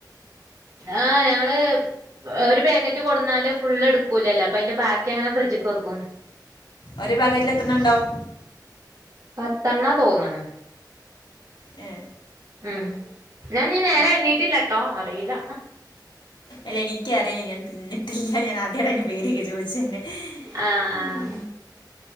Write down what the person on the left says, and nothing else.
ഒരു പാക്കറ്റിൽ എത്ര എണ്ണം ഉണ്ടാവും
ഏ
പത്ത്.
എല്ല എനിക്കറിയ ഞാൻ തിന്നിട്ടില്ല ഞാന ടെ പേരൊക്കെ ചോയ്ച്ചെന്നെ
ഉം